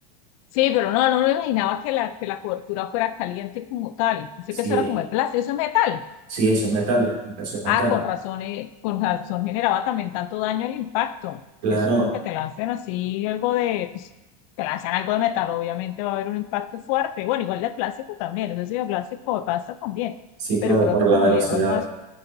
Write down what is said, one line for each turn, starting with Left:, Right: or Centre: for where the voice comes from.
Left: sí, pero no, no me imaginaba que la, que la cobertura fuera caliente como tal. Pensé
Right: Sí,
Left: que eso era como de plástico, eso es metal.
Right: Sí, eso es metal, eso es metal.
Left: Ah, con razón, eh, con razón generaba también tanto daño el impacto.
Right: Claro,
Left: Que Eso como que te lanzan así algo de, pues, te lanzan algo de metal, obviamente va a haber un impacto fuerte. Bueno, igual de plástico también, eso sí, de plástico pasa también.
Right: sí,
Left: Pero
Right: claro,
Left: creo
Right: por
Left: que
Right: la
Left: como
Right: velocidad.
Left: el hierro es más